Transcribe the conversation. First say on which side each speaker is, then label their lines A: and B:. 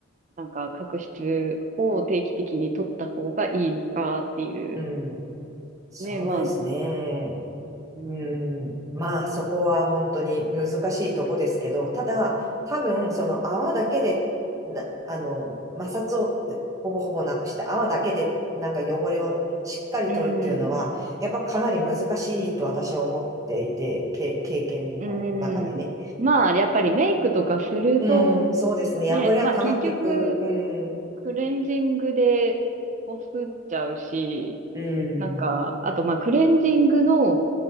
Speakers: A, on the right; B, on the right.
A: なんか角質を定期的に取った方がいいのかっていう。
B: うんそうですね。
A: ね、まあ、うん、
B: うん。まあ、そこは本当に難しいとこですけど、ただ、多分、その泡だけで、な、あの、摩擦をほぼほぼなくして泡だけでなんか汚れをしっかり取るっていうのは、
A: うん、
B: やっぱかなり難しいと私は思っていて、け、経験の中でね。
A: うん。まあ、やっぱりメイクとかすると、
B: うん、そうですね。
A: ね、
B: 汚れは溜まっていく。
A: まあ結局、
B: うん、
A: クレンジングでこすっちゃうし、
B: うん、
A: なんか、あとまあクレンジングの、